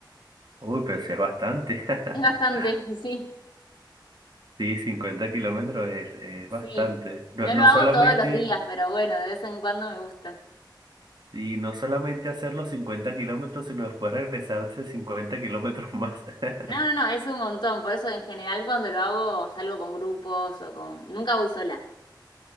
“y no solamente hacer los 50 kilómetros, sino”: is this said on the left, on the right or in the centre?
Right